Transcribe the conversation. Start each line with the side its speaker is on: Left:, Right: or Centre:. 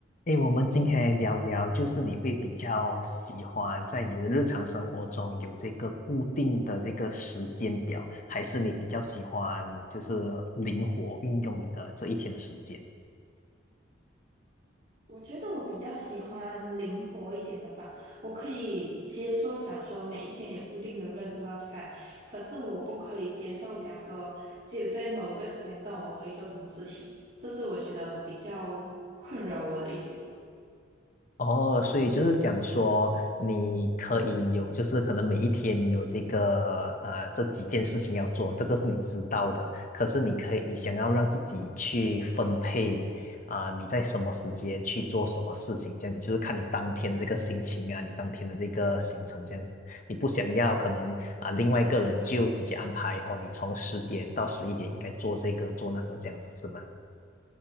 Left: 诶，我们今天来聊聊，就是你会比较喜欢在你的日常生活中有这个固定的这个时间表，还是你比较喜欢就是灵活运用你的这一天的时间？
Right: 我觉得我比较喜欢灵活一点的吧，我可以接受讲说每一天有固定的任务要干，可是我不可以接受讲说只有在某个时间段我可以做什么事情，这是我觉得比较困扰我的一点。
Left: 哦，所以就是讲说，你可以有，就是可能每一天你有这个呃这几件事情要做，这个是你知道的。可是你可以，你想要让自己去分配啊、你在什么时间去做什么事情，这样子就是看你当天的这个心情啊，你当天的这个行程这样子。你不想要可能啊、另外一个人就直接安排哦，你从十点到十一点应该做这个做那个这样子是吗？